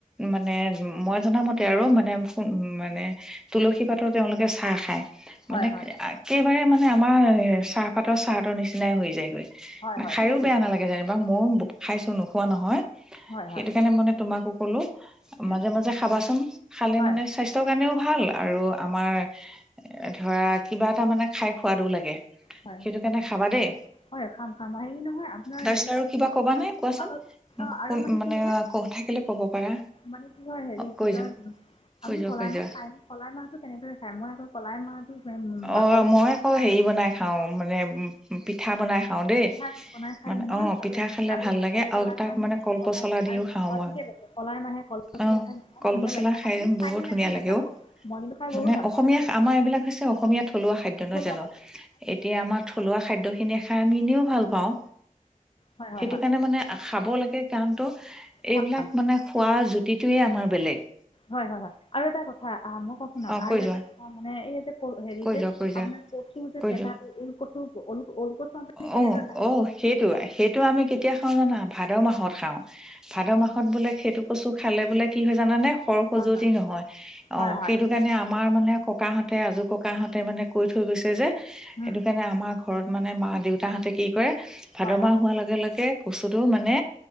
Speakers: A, in the centre; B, on the left.
A: মানে মই জনামতে আৰু মানে উ মানে তুলসী পাতৰ তেওঁলোকে চাহ খায়।
B: হয়
A: মানে
B: হয়
A: একেবাৰে মানে। আমাৰ চাহপাতৰ চাহতৰ নিচিনাই হৈ যায়গৈ।
B: হয় হয়
A: খায়ো
B: ঠিকে কৈছে
A: বেয়া নালাগে যেনিবা ময়ো খাইছো নোখোৱা নহয়
B: হয়
A: সেইটো
B: হয়
A: কাৰণে মানে তোমাকো ক'লো
B: উম
A: মাজে মাজে খাবাচোন খালে
B: হয়
A: মানে স্বাস্থ্যৰ কাৰণেও। ভাল আৰু আমাৰ ধৰা কিবা এটা মানে খাই খোৱাদো লাগে।
B: হয়
A: সেইটো
B: হয়
A: কাৰণে খাবা দেই
B: হয় খাম খাম। নহয় আপোনাৰ
A: তাৰপিছত
B: হেৰিপ
A: আৰু কিবা কবা নে কোৱাচোন?
B: অ আৰু
A: শুন
B: মানে কি হয়
A: ক থাকিলে ক'ব পাৰা
B: মানে কি হয় হেৰি
A: অ কৈ
B: কি কয়
A: যোৱা
B: আপুনি
A: কৈ যোৱা
B: কলাই
A: কৈ
B: মাহ
A: যোৱা।
B: খায়নে কলাই মাহটো কেনেদৰে খায় মই আকৌ কলাইমাহটো
A: অ
B: বাকলিটো
A: মই আকৌ
B: চাই।
A: হেৰি বনাই খাওঁ মানে পিঠা বনাই খাওঁ দেই
B: পিঠা বনাই খাই
A: মানে
B: ইমান
A: অ
B: ভাল
A: পিঠা
B: লাগিছিল
A: খালে
B: আৰু
A: ভাল লাগে
B: কলাই
A: আৰু তাক
B: মাহে
A: মানে কল পচলা দিও
B: আৰু
A: খাওঁ মই
B: ঠিকে লৈছে কলাই মাহে কলাই
A: অ।
B: খাই ইমান
A: কল
B: ধুনীয়া
A: পচলা
B: লাগে ন আপুনি খাই
A: বহুত
B: নে নাখায়
A: ধুনীয়া
B: নাজানো
A: লাগে অ।
B: মই কিন্তু খাই বহুত
A: মানে
B: ভাল
A: অসমীয়া
B: পাওঁ দে
A: আমাৰ এইবিলাক হৈছে অসমীয়া থলুৱা খাদ্য
B: থলুৱা
A: নহয় জানো?
B: খাই
A: এতিয়া আমাৰ থলুৱা খাদ্য খিনি খাই আমি এনেও ভাল পাওঁ
B: হয় হয়
A: সেইটো
B: হয়
A: কাৰণে মানে খাব লাগে কাৰণ তো
B: হয়
A: এইবিলাক মানে খোৱাৰ প্ৰতিটোৱে আমাৰ বেলেগ
B: হয় হয় হয় আৰু এটা কথা মই কওঁ শুনক
A: অ কৈ
B: আৰু এটা
A: যোৱা।
B: কথা মানে এই যে ক হেৰি
A: কৈ
B: যে
A: যোৱা কৈ যোৱা
B: আপোনাৰ কচু যে
A: কৈ
B: পেতা
A: যোৱা
B: ঊল কচু ল ওল কচু আপুনি
A: অ
B: কেনেদৰে খাই
A: অ সেইটো সেইটো আমি কেতিয়া খাও জানা ভাদ মাহত খাও ভাদ মাহত বোলে সেইটো কচো খালে বোলে কি হয় জানা মানে সৰ খজুৱতি
B: হয়
A: নহয় অ
B: হয় হয়
A: সেইটো কাৰণে আমাৰ মানে ককাহঁতে আজোৰ ককাহঁতে মানে কৈ থৈ গৈছে যে
B: উম
A: সেইটো কাৰণে আমাৰ ঘৰত মানে মা দেউতাহঁতে কি কৰে ভাদ
B: হয় হয়
A: মাহ হোৱাৰ লগে লগে কচুটো মানে